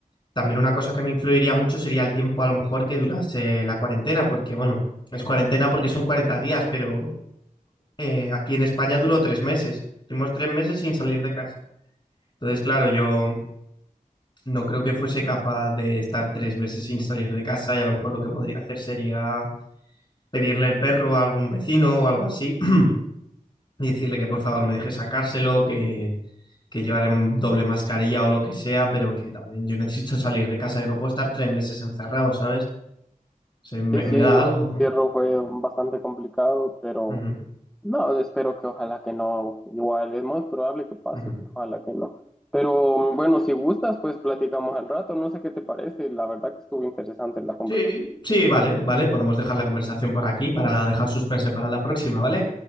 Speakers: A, on the left (about 35°); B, in the centre.
A: también una cosa que me influiría mucho sería el tiempo a lo mejor que durase la cuarentena, porque bueno, es cuarentena porque son 40 días, pero eh, aquí en España duró tres meses. Tuvimos tres meses sin salir de casa. Entonces, claro, yo no creo que fuese capaz de estar tres meses sin salir de casa y a lo mejor lo que podría hacer sería pedirle el perro a algún vecino o algo así <clears throat> y decirle que por favor me deje sacárselo, que, que llevaré doble mascarilla o lo que sea, pero que también yo necesito salir de casa, yo no puedo estar tres meses encerrado, ¿sabes? Sí, me,
B: Sí, sí,
A: me
B: el
A: da algo.
B: encierro fue bastante complicado, pero
A: Ujú,
B: no, espero que ojalá que no. Igual es muy probable que pase,
A: ujú.
B: pero ojalá que no. Pero bueno, si gustas, pues platicamos al rato. No sé qué te parece. La verdad que estuvo interesante la conversación.
A: Sí, Sí, vale, vale, podemos dejar la conversación por aquí para dejar suspense para la próxima, ¿vale?